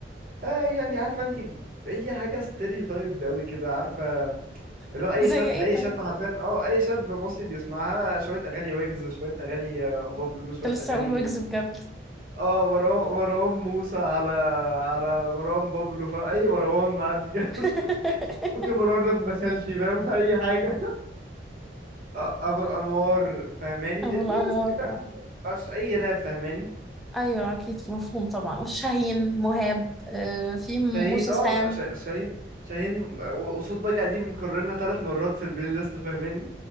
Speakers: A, on the right; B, in the centre.
A: آه يعني عارفه انت اي حاجه ستيريوتايب ده قوي كده عارفه اللي
B: <laughs>
A: هو اي شاب
B: زي ايه
A: اي
B: طيب
A: شاب حرفيا اه اي شاب مصري بيسمعها شويه اغاني ويجز شويه اغاني آه، بابلو
B: كنت
A: شويه
B: لسه
A: اغاني
B: اقول ويجز بجد
A: اه مروان مروان موسى على على مروان بابلو فاهم اي مروان معدي كده
B: <laughs>
A: <laughs> اوكي مروان ده ابن خالتي فاهم <laughs> اي حاجه آه، ابو الانوار فاهماني
B: ابو
A: بلاي
B: الانوار
A: ليست كده
B: آه.
A: مبقاش اي راب فاهماني
B: ايوه اكيد مفهوم طبعا شاهين مهاب آه، في موسى
A: شاهين اه
B: سام
A: شا- شاهين شاهين وصوت بقى دي مكررنا ثلاث مرات في البلاي ليست فاهماني